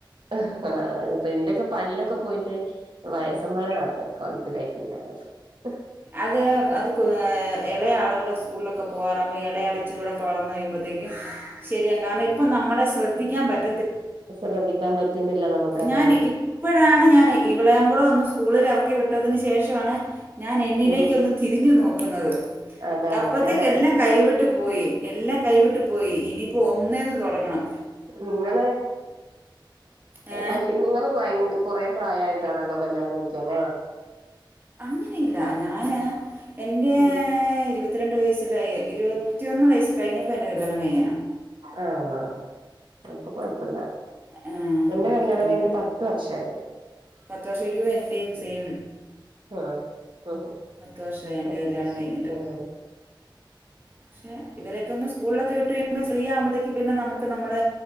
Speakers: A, on the right; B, on the right.
A: ആഹ് ഇത്പ്പ എന്റെയൊക്കെ പല്ലൊക്കെ പോയിട്ട് വയസ്സന്മാരണ കൊലത്തിലായിപ്പോയി ഞാൻ അ
B: അത് അത് ഇളയാ ആള കൂടെ സ്കൂലൊക്കെ പോകരാമ ഇല അളിച്ചരൂടെ ക വളന്നയുംമ്പ ശരി കാര ഇപ്പ നമ്മളെ ശ്രദ്ധിക്കാൻ പറ്റ
A: ശ്രദ്ധിക്കാൻ പറ്റുന്നില്ല നമുക്ക്താണ്
B: ഞാൻ <unintelligible> ഞാൻ ഇവളെയും കൂടെ സ്കൂളിലിറക്കി വിട്ടതിന് ശേഷണ് ഞാൻ എന്നിലേക്കൊന്ന്
A: ഉം
B: തിരിഞ്ഞു നോക്കുന്നത്
A: അതാണ്ല്ലേ
B: അപ്പത്തേക്ക് എല്ലാം കൈവിട്ട് പോയി എല്ലാം കൈവിട്ട് ട്ട പോയി ഇനിയിപ്പോ ഒന്നേന്ന് തൊ ടങ്ങണം
A: നിങ്ങള്
B: ഏ
A: ആ നിങ്ങള് ഭയ കൊറെ പ്രായമായിട്ടാണല്ലോ കല്യാണം കഴിക്കാ ല്ലേ
B: അങ്ങനെയില്ല ഞാന് എറെ
A: ഉം
B: ഇരുപത്തി പത്തിരണ്ട് വയസ്സിലായി ഇരുപത്തിയൊന്ന് വയസ് കഴിഞ്ഞപ്പോ എന്റെ കല്യാണം കഴിഞ്ഞാ
A: ആഹ അപ്പൊ കൊഴപ്പില്ല
B: ആ,
A: എന്റെ കല്യാണം
B: അതെ
A: കഴിഞ്ഞിട്ട് പത്ത് വർഷായി.
B: പത്ത് വർഷം യ്യോ എന്റെയും സെയിം.
A: ആഹ ആഹ
B: പത്ത് വർഷമായി
A: പത്ത്
B: എൻ്റെ കല്യാണം
A: വർഷം
B: കഴിഞ്ഞിട്ട്
A: ആഹ
B: പക്ഷെ ഇവരൊക്കെ ഒന്നും സ്കൂളിലൊക്കെ വിട്ട് കഴിയുമ്പോ ഫ്രീ ആകുമ്പോഴത്തേക്ക് പിന്നെ നമുക്ക് നമ്മളെ